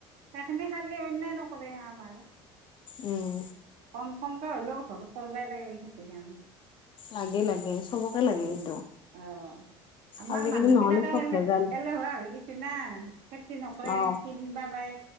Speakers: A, on the right; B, on the left.
A: সেইখিনি খালি অন্যায় নকৰে আমাৰ।
B: উম।
A: কম কমকৈ হ'লেও ঘৰত কৰিবই লাগে খেতি কাম।
B: লাগে লাগে চবকে লাগে
A: উম
B: এইটো
A: অ আমাৰ
B: আজিকালি
A: মানুহ
B: নহ'লে
A: বিলাকে
B: চব
A: হোৱা
B: ভেজাল
A: হৈগিছে না খেতি নকৰে
B: অ
A: কিনবা পাই।